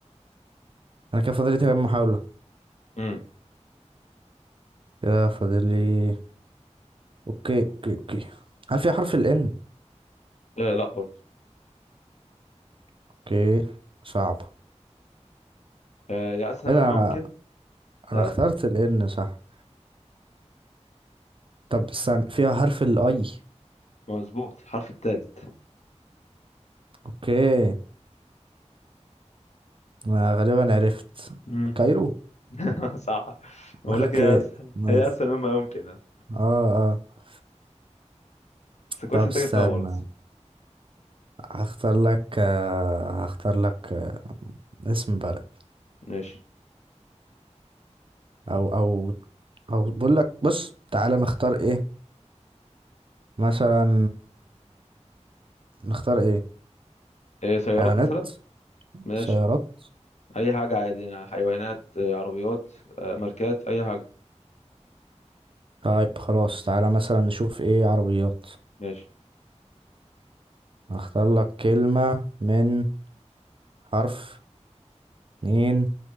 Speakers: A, on the right (about 45°); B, on the left (about 70°).
A: انا كده فاضل لي تمام محاولة
B: امم
A: كده فاضل لي اوكي اوكي اوكي هل فيها حرف الان
B: أه لا برضه
A: اوكي صعبة
B: أه يا اسهل
A: ايه
B: ما
A: ده انا
B: ممكن أه،
A: أنا اخترت الان صح طب استنى فيها حرف الاي
B: مظبوط الحرف الثالث
A: اوكي انا غالبا عرفت
B: مم.
A: كايرو
B: <laughs> صح بقول
A: <laughs> اوكي
B: لك هي اسهل
A: نايس
B: هي اسهل مما يمكن أصلاً.
A: اه اه
B: بس كويس
A: طب
B: انت
A: استنى
B: جبتها برضه
A: هختار لك آه، هختار لك آه، اسم بلد
B: ماشي
A: او او او بقول لك بص تعالى نختار ايه مثلا نختار ايه
B: إيه سيارات
A: حيوانات
B: مثلا ماشي
A: سيارات
B: اي حاجه عادي يعني حيوانات آه، عربيات آه، ماركات اي حاجه
A: طيب خلاص تعالى مثلا نشوف ايه عربيات
B: ماشي
A: هختار لك كلمة من حرف اتنين